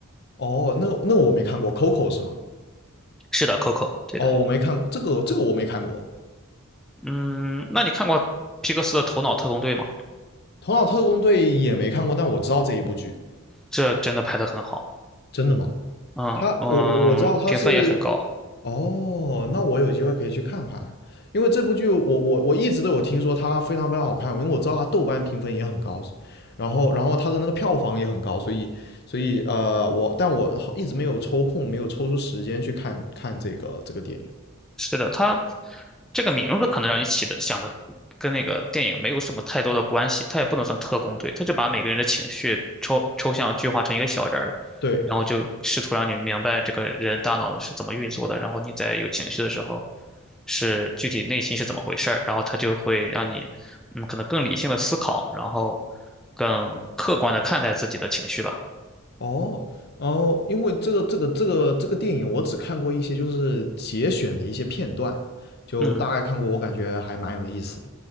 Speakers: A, on the left; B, in the centre.
A: 哦，那个那个我没看过，Coco 是吗？
B: 是的，Coco，对的。
A: 哦，我没看这个这个我没看过，
B: 嗯，那你看过皮克斯的《头脑特工队》吗？
A: 《头脑特工队》也没看过，但我知道这一部剧，
B: 这真的拍得很好，
A: 真的吗？
B: 嗯嗯，
A: 他我我我知道他是
B: 评分也很高。
A: 哦，那我有机会可以去看看，因为这部剧我我我一直都有听说它非常非常好看，因为我知道它豆瓣评分也很高，然后然后它的那个票房也很高，所以所以呃我但我一直没有抽空，没有抽出时间去看看这个这个电影。
B: 是的，他这个名字可能让你起的想的跟那个电影没有什么太多的关系，他也不能算特工队，他就把每个人的情绪抽抽象具化成一个小人儿，
A: 对，
B: 然后就试图让你明白这个人大脑是怎么运作的，然后你在有情绪的时候是具体内心是怎么回事儿，然后他就会让你嗯可能更理性的思考，然后更客观的看待自己的情绪吧。
A: 哦，哦，因为这个这个这个这个电影我只看过一些就是节选的一些片段，就大概看过，
B: 嗯，
A: 我感觉还蛮有意思的。